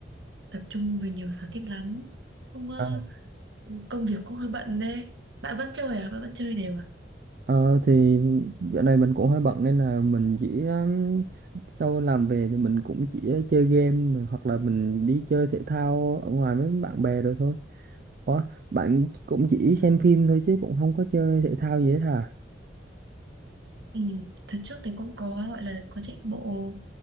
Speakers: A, on the right; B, on the right.
A: tập trung về nhiều sở thích lắm. Không có
B: À,
A: công việc cũng hơi bận đấy. Bạn vẫn chơi à? Bạn vẫn chơi đều à?
B: Ờ thì dạo này mình cũng hơi bận nên là mình chỉ um, sau làm về thì mình cũng chỉ chơi game rồi hoặc là mình đi chơi thể thao ở ngoài với bạn bè rồi thôi. Ủa, bạn cũng chỉ xem phim thôi chứ cũng không có chơi thể thao gì hết hả?
A: Ừ, thật trước thì cũng có gọi là có chạy bộ